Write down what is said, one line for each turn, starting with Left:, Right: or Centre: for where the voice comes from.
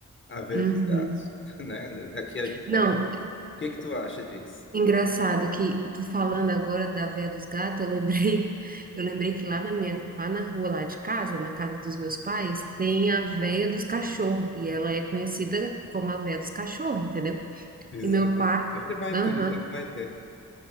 Left: a veia
Right: Uhum.
Left: dos gatos, <laughs> né? Aqui a gente
Right: Não,
Left: chama. O que que tu acha disso?
Right: Engraçado que tu falando agora da Véia dos Gatos, eu lembrei, <laughs> eu lembrei que lá na minha, lá na rua lá de casa, na casa dos meus pais, tem a Véia dos Cachorros, e ela é conhecida como a Véia dos Cachorros, entendeu?
Left: Exato.
Right: E meu pai,
Left: Sempre vai
Right: aham,
Left: ter, sempre vai ter.